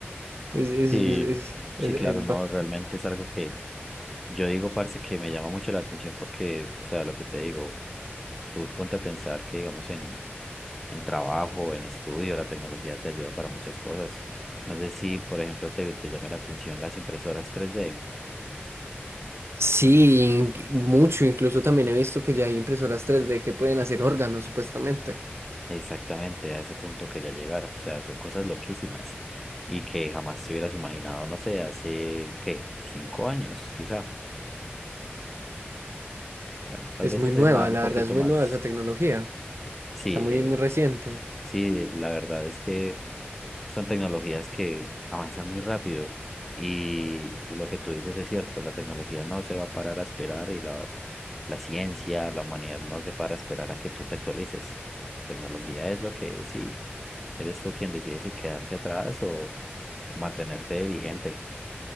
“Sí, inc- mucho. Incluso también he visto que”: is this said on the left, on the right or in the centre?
Right